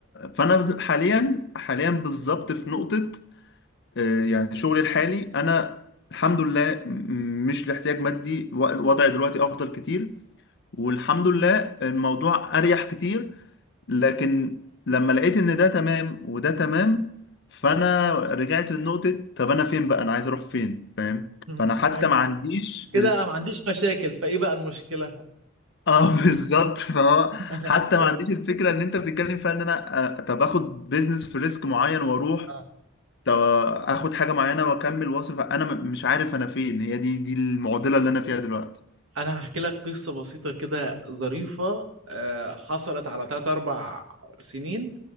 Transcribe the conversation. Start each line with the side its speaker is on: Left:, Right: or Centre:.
Left: فانا بد- حاليا حاليا بالظبط في نقطة آه، يعني شغلي الحالي انا الحمد لله م- مش لاحتياج مادي و- وضعي دلوقتي افضل كتير والحمد لله الموضوع اريح كتير لكن لما لقيت ان ده تمام وده تمام فانا رجعت لنقطة طب انا فين بقى انا عايز اروح فين فاهم
Right: مم.
Left: فانا حتى
Right: أيوة.
Left: ما عنديش
Right: كده انا ما عنديش مشاكل فايه بقى المشكلة
Left: اه <laughs> بالظبط فهو
Right: <laughs>
Left: حتى ما
Right: ايوه
Left: عنديش الفكره اللي انت بتتكلم فيها ان انا آه، طب اخد بيزنس في ريسك معين واروح
Right: آه.
Left: طب اخد حاجه معينه واكمل واصل فانا م- مش عارف انا فين هي دي دي المعضله اللي انا فيها دلوقتي
Right: انا هحكي لك قصة بسيطة كده ظريفة آه، حصلت على 3 4 سنين